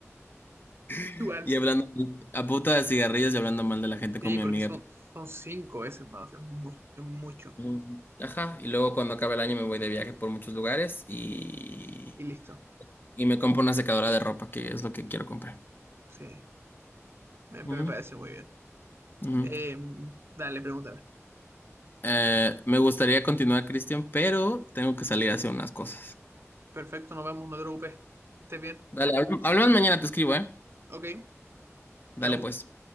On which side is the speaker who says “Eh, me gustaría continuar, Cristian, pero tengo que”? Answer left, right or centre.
Left